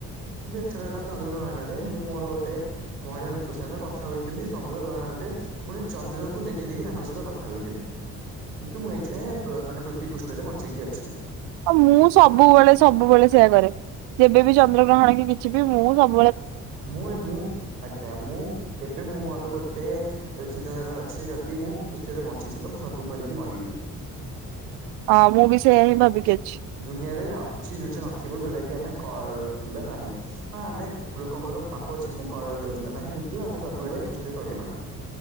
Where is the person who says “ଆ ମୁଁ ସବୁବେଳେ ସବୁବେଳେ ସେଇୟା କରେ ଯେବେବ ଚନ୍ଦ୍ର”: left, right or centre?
Right